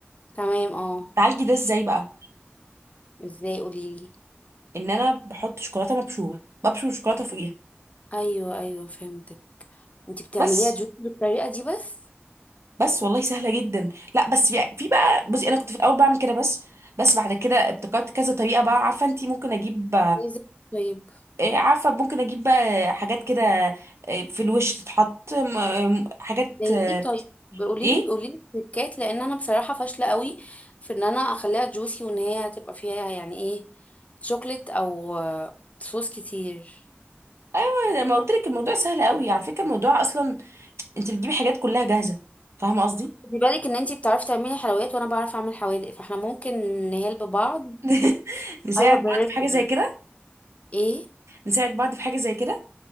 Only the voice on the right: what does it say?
تعالجي ده ازاي بقى
ان انا بحط شوكولاته مبشوره ببشر الشوكولاته فوقيها
بس
بس والله سهله جدا لا بس في في بقى بصي انا كنت في الاول بعمل كده بس بس بعد كده ابتكرت كذا طريقه بقى عارفه انت ممكن اجيب
إيه، عارفة ممكن أجيب بقى حاجات كده إيه، في الوش تتحط م- م- حاجات
آه،
إيه
أيوة لما قلت لك الموضوع سهل قوي على فكرة الموضوع أصلا أنت بتجيبي حاجات كلها جاهزة فاهمة قصدي
<laughs> نساعد
بعض في حاجة زي كده
نساعد بعض في حاجة زي كده